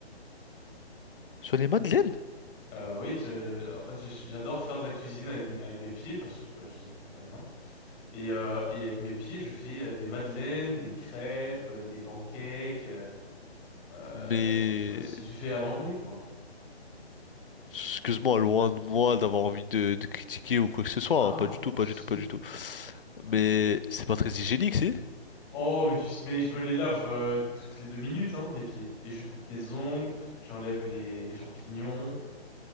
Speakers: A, on the left; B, on the left.
A: Sur les madeleines?
B: Euh, oui, je- en fait, je- j'adore faire de la cuisine avec, mes- avec mes pieds parce que je, sais pas, je- je n'ai pas de main. Et, euh, et avec mes pieds, je fais euh, des madeleines, des crêpes, euh, des pancakes. euh, euh,
A: Mais
B: tu vois, c'est- j'ai fait à manger, quoi.
A: Excuse-moi, loin de moi d'avoir envie de, de critiquer ou quoi que ce soit,
B: Ah,
A: hein, Pas du
B: pas
A: tout,
B: de
A: pas
B: souci.
A: du tout, pas du tout. Mais c'est pas très hygiénique, si?
B: Oh, mais tu, sais- mais je me les lave euh, toutes les deux minutes, hein, mes pieds. Et je coupe mes ongles, j'enlève les, les champignons.